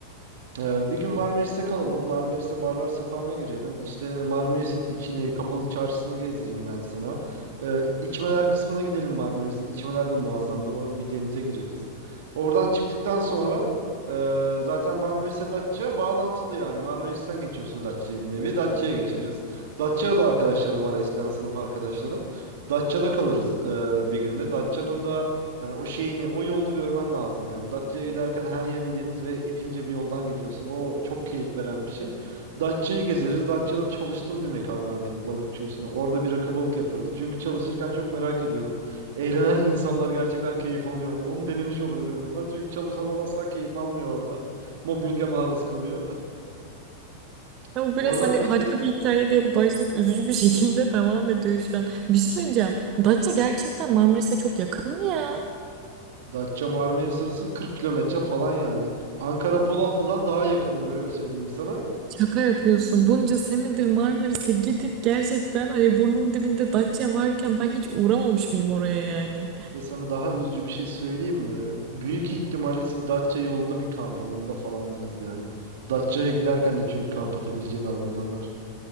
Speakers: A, on the right (about 55°); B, on the right (about 35°).
A: Ee, bir gün Marmaris'te kalalım. Marmaris'te barlar sokağına girelim. İşte Marmaris'in içini, kapalı çarşısını gezdireyim ben sana. Ee, içmeler kısmına gidelim Marmaris'in. İçmeler de muazzamdır. Orada bir denize gireriz. Oradan çıktıktan sonra e, zaten Marmaris'e Datça bağlantılı yani. Marmaris'ten geçiyorsun Datça'ya bir nevi. Datça'ya geçeriz. Datça'da da arkadaşlarım var. Eskiden sınıf arkadaşlarım. Datça'da kalırız e, bir günde. Datça'nın da Hani o şeyini, o yolunu görmen lazım yani. Datça'ya giderken her yerin deniz ve ipince bir yoldan gidiyorsun. O çok keyif veren bir şey. Datça'yı gezeriz. Datça'da çalıştığım bir mekan var benim balıkçı üstüne. Orada bir rakı balık yaparız. Çünkü çalışırken çok merak ediyordum. Eğlenen insanlar gerçekten keyif alıyor mu? Onu denemiş oluruz en azından. Çünkü çalışanlar asla keyif almıyor orada. Mobbinge maruz kalıyor. <laughs>
B: Ya
A: Oradan
B: biraz hani
A: çıkar.
B: harika bir hikaye diye başlayıp üzücü bir şekilde <laughs> devam ediyor şu an. Bir şey söyleyeceğim. Datça gerçekten Marmaris'e çok yakın mı ya?
A: Datça Marmaris arası 40 kilometre falan yani. Ankara Polatlı'dan daha yakındır öyle söyleyeyim sana.
B: Şaka yapıyorsun. Bunca senedir Marmaris'e gidip gerçekten hani burnumun dibinde Datça varken ben hiç uğramamış mıyım oraya yani?
A: Ve sana daha üzücü bir şey söyleyeyim mi? Büyük ihtimalle siz Datça yolunda bir kamp alanında falandınız yani. Datça'ya giderken de çünkü kamp atabileceğin alanlar var.